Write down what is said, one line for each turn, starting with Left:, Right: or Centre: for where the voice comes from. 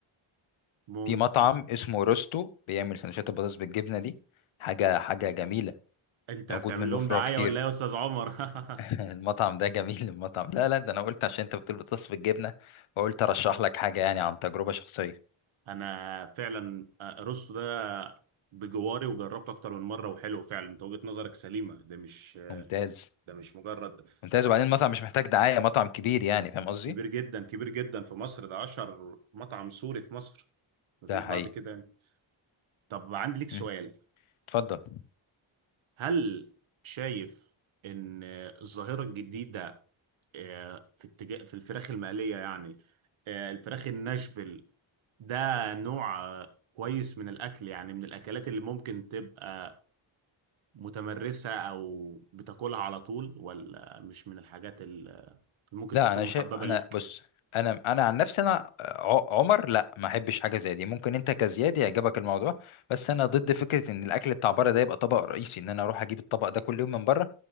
Right: ممكن
Left: في مطعم اسمه روستو بيعمل سندوتشات البطاطس بالجبنه دي حاجه حاجه جميله
Right: انت
Left: موجود
Right: بتعمل
Left: منه
Right: لهم
Left: فروع
Right: دعاية
Left: كتير
Right: ولا ايه يا استاذ عمر <laughs>
Left: <laughs> المطعم ده جميل المطعم لا لا ده انا قلت عشان انت بتقول بتصف الجبنه فقلت ارشح لك حاجه يعني عن تجربه شخصيه
Right: انا فعلا آه، رستو ده بجواري وجربته اكتر من مرة وحلو فعلا انت وجهة نظرك سليمة ده مش آه،
Left: ممتاز
Right: ده مش مجرد
Left: ممتاز
Right: طب
Left: وبعدين المطعم مش محتاج دعايه مطعم كبير يعني فاهم قصدي
Right: كبير جدا كبير جدا في مصر ده اشهر مطعم سوري في مصر مفيش
Left: ده حقيقي
Right: بعد كده يعني طب عندي ليك سؤال
Left: مم. اتفضل
Right: هل شايف ان الظاهرة الجديدة آه، في اتجاه في الفراخ المقلية يعني آه، الفراخ الناشفيل ده نوع آه، كويس من الاكل يعني من الاكلات اللي ممكن تبقى متمرسة او بتاكلها على طول ولا مش من الحاجات اللي ممكن
Left: لا
Right: تكون
Left: انا
Right: محببة
Left: شايف انا
Right: ليك
Left: بص انا انا عن نفسي انا ع- عمر لا ما احبش حاجه زي دي ممكن انت كزياد يعجبك الموضوع بس انا ضد فكره ان الاكل بتاع بره ده يبقى طبق رئيسي ان انا اروح اجيب الطبق ده كل يوم من بره